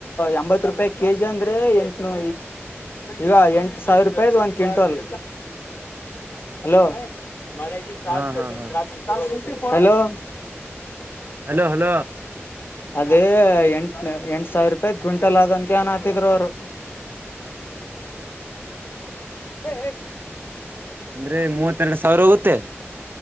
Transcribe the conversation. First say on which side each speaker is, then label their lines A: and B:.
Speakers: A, on the left; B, on the right.
A: ಎಂಬತ್. ಇ ರೂಪಾಯಿ ಕೆಜಿ ಅಂದ್ರೆ ಎಂಟನೂ ಈಗ ಎಂಟ ಸಾವಿರ ರೂಪಾಯದ ಒಂದ್ ಕ್ವಿಂಟಲ್. ಹಲೋ. ಮಳ ಸಾಲ್
B: ಹಾ
A: ಸಾ
B: ಹಾ ಹಾ
A: <unintelligible> ಹಲೋ.
B: Hello hello.
A: ಅದೇ ಎಂಟ ಎಂಟ ಸಾವಿರ ರೂಪಾಯಿದ ಕ್ವಿಂಟಲ್ ಅದ ಅಂತ ಅನಾತಿದ್ರ ಅವರು. ಹ ಹ.
B: ಅಂದ್ರೆ ಮೂವತ್ತೆರಡು ಸಾವಿರ ಹೋಗುತ್ತೆ